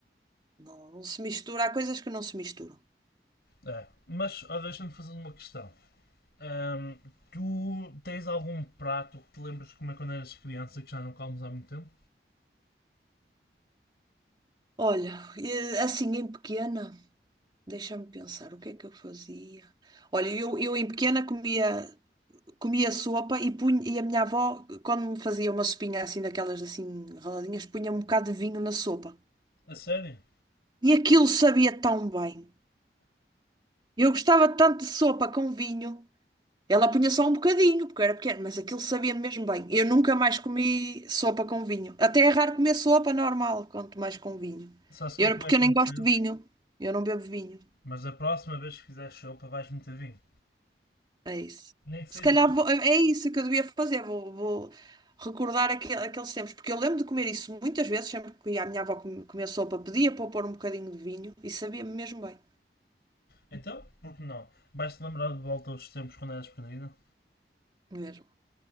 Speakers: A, on the right; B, on the left.
A: Não, não se mistura, há coisas que não se misturam.
B: É. Mas ó, deixa-me fazer uma questão. Ahm, tu tens algum prato que te lembras de comer quando eras criança e que já não comes há muito tempo?
A: Olha, eh, assim em pequena, deixa-me pensar, o que é que eu fazia? Olha, eu, eu em pequena comia, comia sopa e, punha, e a minha avó, quando me fazia uma sopinha assim, daquelas assim raladinhas, punha um bocado de vinho na sopa.
B: A sério?
A: E aquilo sabia tão bem. Eu gostava tanto de sopa com vinho. Ela punha só um bocadinho, porque eu era pequeno mas aquilo sabia mesmo bem. Eu nunca mais comi sopa com vinho. Até é raro comer sopa normal, quanto mais com vinho.
B: Sabes o que
A: Eu,
B: é
A: era-
B: que vai
A: porque
B: acontecer?
A: eu nem gosto de vinho. Eu não bebo vinho.
B: Mas da próxima vez que fizeres sopa vais meter vinho.
A: É isso.
B: Nem que seja
A: Se calhar
B: para...
A: vou- é isso que eu devia fazer. Vou, vou recordar aque- aqueles tempos. Porque eu lembro de comer isso muitas vezes. Sempre que ia à minha avó com- comer sopa, pedia para eu pôr um bocadinho de vinho. E sabia mesmo bem.
B: Então, por que não? Vais-te lembrar de volta aos tempos quando eras pequenino?
A: Mesmo.